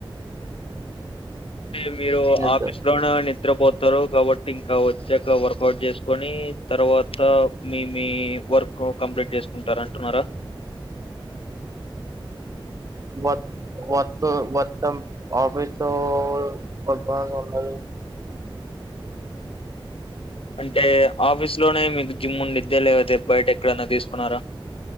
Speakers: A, on the left; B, on the right.
A: అంటే మీరు
B: నిద్ర
A: ఆఫీస్ లోన నిద్రపోతారు కాబట్టి ఇంకా వచ్చాక వర్కౌట్ చేసుకొని తర్వాత మీ మీ వర్క్ కంప్లీట్ చేసుకుంటారు అంటున్నారా.
B: వ వత్తు వత్తం. ఆఫీస్ లో ఎవలు పడుకోడానికి ఉండదు.
A: అంటే ఆఫీస్ లోనే మీకు జిమ్ ఉండిద్దా లేకపోతే బయట ఎక్కడన్నా తీసుకున్నారా.